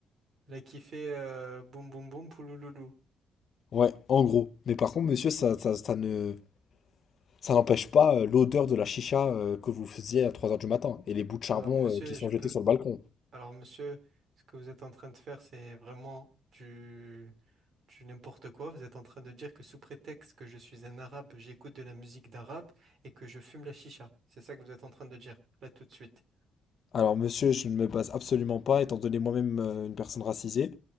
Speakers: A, on the right (about 60°); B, on the left (about 55°).
A: Elle a kiffé euh, boum boum boum poulouloulou.
B: Ouais, en gros. Mais par contre, monsieur, ça, ça, ça ne, ça n'empêche pas euh, l'odeur de la chicha euh, que vous faisiez à 3 heures du matin et les bouts de charbon
A: Alors monsieur,
B: euh, qui
A: je
B: sont
A: peux
B: jetés sur le balcon.
A: Alors, monsieur, ce que vous êtes en train de faire, c'est vraiment du, du n'importe quoi. Vous êtes en train de dire que sous prétexte que je suis un arabe, j'écoute de la musique d'arabe et que je fume la chicha. C'est ça que vous êtes en train de dire, là tout de suite.
B: Alors, monsieur, je ne me base absolument pas, étant donné moi-même euh, une personne racisée,